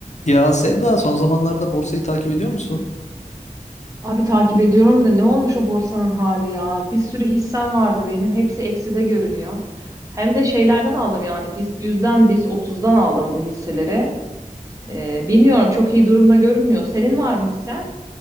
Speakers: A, on the left; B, on the right.
A: Ya Sevda son zamanlarda borsayı takip ediyor musun?
B: Abi takip ediyorum da ne olmuş o borsanın hali ya? Bir sürü hissem vardı benim. Hepsi ekside görünüyor. Hem de şeylerden aldım yani. Biz yüzden, biz otuzdan aldım bu hisseleri. Ee, bilmiyorum çok iyi durumda görünmüyor. Senin var mı hissen?